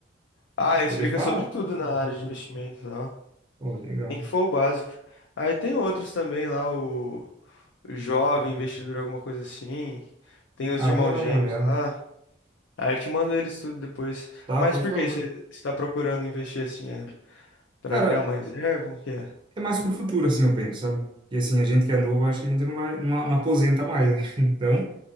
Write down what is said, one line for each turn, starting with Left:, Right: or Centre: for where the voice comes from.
Left: Ah, explica
Right: Ele fala?
Left: sobre tudo na área de investimentos, ó.
Right: Pô, legal.
Left: Nem que for o básico. Aí tem outros também lá, o, o jovem investidor, alguma coisa assim. Tem os
Right: Ah,
Left: irmãos
Right: vou dar
Left: gêmeos
Right: uma olhada.
Left: lá. Aí eu te mando eles tudo depois.
Right: Tá,
Left: Mas
Right: por
Left: por
Right: favor.
Left: que você está procurando investir assim? É para
Right: Cara,
Left: criar uma reserva? Como que é?
Right: é mais pro futuro, assim, eu penso, sabe? E assim, a gente que é novo, acho que a gente não vai, não, não aposenta mais, né? <laughs> Então,